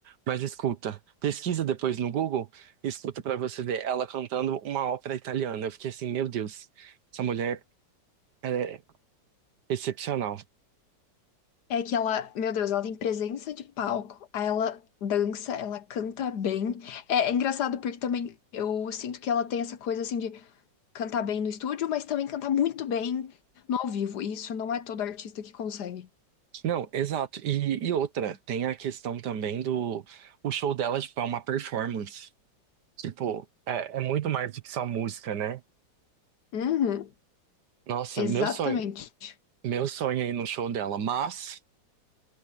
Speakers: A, on the right; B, on the left.
A: Mas escuta, pesquisa depois no Google, escuta pra você ver ela cantando uma ópera italiana. Eu fiquei assim, meu Deus, essa mulher é excepcional.
B: É que ela, meu Deus, ela tem presença de palco, aí ela dança, ela canta bem. É, é engraçado porque também eu sinto que ela tem essa coisa assim de cantar bem no estúdio, mas também cantar muito bem no ao vivo. E isso não é todo artista que consegue.
A: Não, exato. E, e outra, tem a questão também do o show dela, tipo, é uma performance. Tipo, é, é muito mais do que só música, né?
B: Uhum,
A: Nossa,
B: exatamente.
A: meu sonho, meu sonho aí no show dela, mas